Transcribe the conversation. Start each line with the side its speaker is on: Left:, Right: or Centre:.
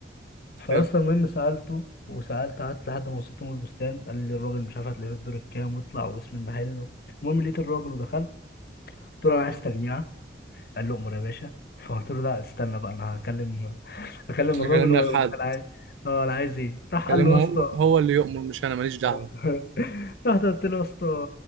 Left: فاصلا
Right: حلو
Left: المهم سالته وسالت قعدت لحد ما وصلت مول البستان قال لي الراجل مش عارف هتلاقيه في الدور الكام واطلع واسم المحل المهم لقيت الراجل ودخلت قلت له انا عايز تجميعه قال لي امر يا باشا فقلت له لا استنى بقى انا هكلم هكلم
Right: اكلم
Left: الراجل وهو
Right: لك
Left: يقول
Right: حد
Left: لك انا عايز اه انا عايز ايه راح
Right: كلمه
Left: قال له يا اسطى
Right: هو هو اللي يؤمر مش انا ماليش دعوة
Left: <laughs> رحت قلت له يا اسطى